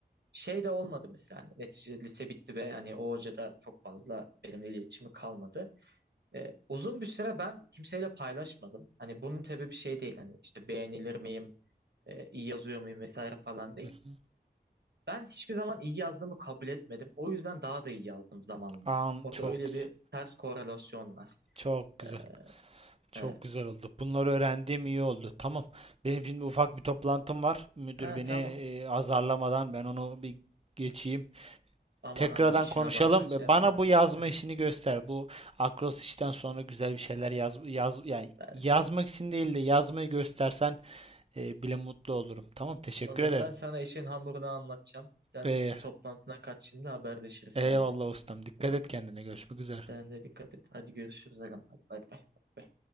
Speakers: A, on the right; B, on the right.
A: şey de olmadı mesela. Hani neticede lise bitti ve hani o hoca da çok fazla benimle iletişimi kalmadı. E, uzun bir süre ben kimseyle paylaşmadım. Hani bunun sebebi şey değil. Hani işte beğenilir miyim, e, iyi yazıyor muyum vesaire falan değil.
B: Hı hı.
A: Ben hiçbir zaman iyi yazdığımı kabul etmedim. O yüzden daha da iyi yazdım zamanla.
B: An
A: Orada
B: çok
A: öyle
B: güzel.
A: bir ters korelasyon var.
B: Çok güzel.
A: Ee,
B: Çok
A: Evet.
B: güzel oldu. Bunları öğrendiğim iyi oldu. Tamam. Benim şimdi ufak bir toplantım var. Müdür
A: Ha
B: beni
A: tamam.
B: e, azarlamadan ben onu bir geçeyim.
A: Aman
B: Tekrardan
A: aman işine
B: konuşalım.
A: baksan şey
B: E,
A: yapma.
B: Bana bu yazma
A: <laughs>
B: işini göster. Bu Akros işten sonra güzel bir şeyler yaz, yaz yani
A: Ben,
B: yazmak için değil de yazmayı göstersen e, bile mutlu olurum. Tamam, teşekkür
A: olur.
B: ederim.
A: Ben sana işin hamurunu anlatacağım. Sen
B: E,
A: bir toplantına kaç şimdi haberleşiriz seninle.
B: Eyvallah ustam. Dikkat
A: Tamam.
B: et kendine. Görüşmek üzere.
A: Sen de dikkat et. Hadi görüşürüz. Agam. Hadi bay bay. Bay bay.